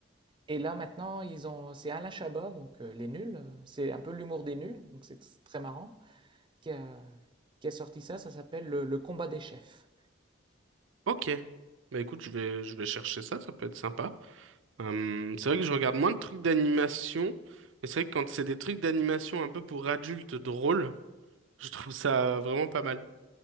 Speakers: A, on the right; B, on the right.
A: Et là maintenant ils ont c'est Alain Chabat donc heu, Les Nuls, heu, c'est un peu l'humour des nuls, donc c'est tr très marrant, qui a qui a sorti ça, ça s'appelle le le combat des chefs.
B: Ok. Bah écoute, je vais, je vais chercher ça, ça peut être sympa. Hum, c'est vrai que je regarde moins de trucs d'animation, mais c'est vrai que quand c'est des trucs d'animation un peu pour adultes drôles, je trouve ça vraiment pas mal.